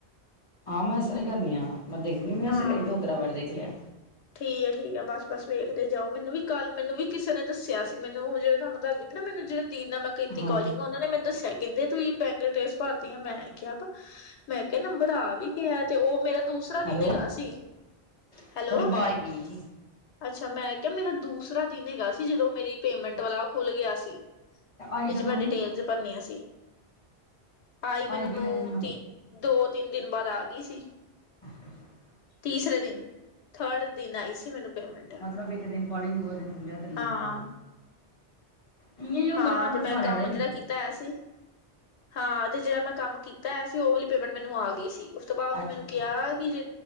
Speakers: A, on the left; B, on the left.
A: ਹਾਂ ਮੈਂ ਇਸ ਤਰ੍ਹਾਂ ਹੀ ਕਰਨੀ ਹਾ ਮੈਂ ਦੇਖਦੀ ਵੀ
B: ਹਾਂ।
A: ਸਵੇਰੇ ਦੋ ਤਰ੍ਹਾਂ ਵਾਰ ਦੇਖ ਲਿਆ।
B: ਠੀਕ ਹੈ ਠੀਕ ਹੈ, ਬਸ-ਬਸ ਵੇਖਦੇ ਜਾਓ ਮੈਨੂੰ ਵੀ ਕੱਲ ਮੈਨੂੰ ਵੀ ਕਿਸੇ ਨੇ ਦੱਸਿਆ ਸੀ ਮੈਨੂੰ ਜੇਹੜੇ ਥਾ ਮੈ ਦੱਸ ਏਨਾ ਮੈਨੂੰ ਜੇੜਾ ਦੀਦ ਨਾ ਮੈਂ ਕੀਤੀ
A: ਹਾਂ
B: ਕਾਲਿੰਗ ਓਨਾਂ ਨੇ ਮੈਨੂੰ ਦਸਿਆ ਹੀ। ਕਹਿੰਦੇ ਤੁੂੰਂ ਬੈਂਗਲਾਡੇਸ਼ ਭਰਦੀ ਆ ਮੈਂ ਕਿਹਾ ਮੈਂ ਕਿਹਾ ਨੰਬਰ ਆ ਵੀ ਹੈ ਤੇ ਉਹ ਮੇਰਾ ਦੂਸਰਾ ਦਿਨ
A: ਹੈਲੋ
B: ਹੈਗਾ ਸੀ
A: ਤੁਹਾਡੀ
B: ਹੈਲੋ
A: ਬਾਈ ਗਈ ਸੀ
B: ਅੱਛਾ, ਮੈਂ ਕਿਆ ਮੇਰਾ ਦੂਸਰਾ ਦਿਨ ਹੈਗਾ ਸੀ ਜਦੋਂ ਮੇਰੀ ਪੇਮੈਂਟ ਵਾਲਾ ਖੁੱਲ ਗਿਆ ਸੀ।
A: ਆਈ
B: ਜਿਦੇ
A: ਕਦੋਂ
B: ਚ ਮੈਂ ਡਿਟੇਲਜ਼
A: ਸੀ
B: ਭਰਨੀਆਂ ਸੀ ਆਈ ਮੈਨੂੰ
A: ਕਿੰਨੇ ਦਿਨ ਨੂੰ
B: ਤ ਦੋ-ਤਿੰਨ ਦਿਨ ਬਾਦ ਆ ਗਈ ਸੀ।
A: <inaudible>
B: ਤੀਸਰੇ ਦਿਨ। ਥਰਡ ਦਿਨ ਆਈ ਸੀ ਮੈਨੂੰ ਪੇਮੈਂਟ
A: ਮਤਲਬ ਇੱਕ ਦਿਨ ਕਾਲਿੰਗ ਦੂਏ ਦਿਨ ਖੁੱਲਿਆ ਤੀਏ
B: ਹਾਂ
A: ਦਿਨ ਇ ਹੀ ਹੁੰਦਾ
B: ਹਾਂ,
A: ਹੋਣਾ
B: ਤੇ
A: ਫਿਰ
B: ਮੈਂ
A: ਸਾਰਿਆਂ
B: ਕੰਮ
A: ਦਾ ਹੀ
B: ਜੇੜਾ ਕੀਤ ਕੀਤਾ ਸੀ ਹਾਂ ਤੇ ਜਿਹੜਾ ਮੈਂ ਕੰਮ ਕੀਤਾ ਹੈ ਸੀ ਉਹ ਵਾਲੀ ਪੇਮੈਂਟ ਮੈਨੂੰ ਆ ਗਈ ਸੀ। ਉਸ ਤੋਂ ਬਾਅਦ ਉਹਨੇ
A: ਅੱਛਾ
B: ਮੈਨੂੰ
A: ਅੱਛਾ
B: ਕਿਹਾ ਕਿ ਜੇ